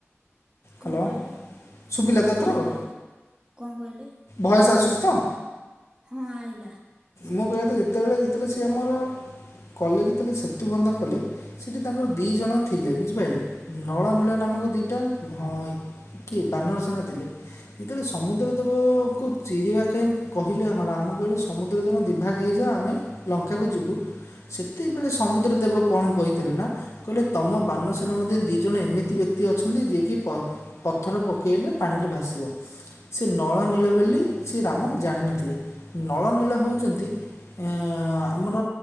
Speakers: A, on the right (about 20°); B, on the left (about 80°).
A: କଣ
B: ହ୍ୟାଲୋ
A: କହିଲେ
B: ସୁବିଲାତ ଏଥର,
A: କଣ କହିଲେ କଣ କହିଲେ
B: ଭଏସ ଆସୁଛି ତ୍
A: ହଁ ଆଇଲା।
B: ମୁଁ କହିବା କଥା ଯେତେବେଳେ ଯେତେବେଳେ ସିଏ ଆମର କଲେ ଯେତେବେଳେ ସେତୁ ବନ୍ଧ କଲେ ସେଠି ତାଙ୍କର ଦିଇ ଜଣ ଥିଲେ ବୁଝିପାରିଲେ ନଳ ନୀଳ ନାମକ ଆମ ଦିଟା ହଁ କି ବାନର ସେନା ଥିଲେ। ଯେତେବେଳେ ସମୁଦ୍ର ଦେବ-ଅ-ଅ-ଅକୁ ଚିରିବା ପାଇଁ କହିଲେ ହ ରାମ କହିଲେ ସମୁ ତମ ଦିଭାଗ ହେଇଯା ଆମେ ଲଙ୍କାକୁ ଯିବୁ ସେତେବେଳେ ସମୁଦ୍ର ଦେବ କଣ କହିଥିଲେ ନା କହିଲେ ତମ ବାନସନା ମଧ୍ୟ ଦି ଜଣ ଏମିତି ବ୍ୟକ୍ତି କ୍ତି ଅଛନ୍ତି ଯିଏ କି ପ ପଥର ପକେଇଲେ ପାଣିରେ ଭାସିବ। ସେ ନଳ ନୀଳ ବୋଲି ସେ ରାମ ଜାଣିନଥିଲେ। ନଳ ନୀଳ ହେଉଛନ୍ତି ଅ-ଅ-ଅ-ଅ ଆମର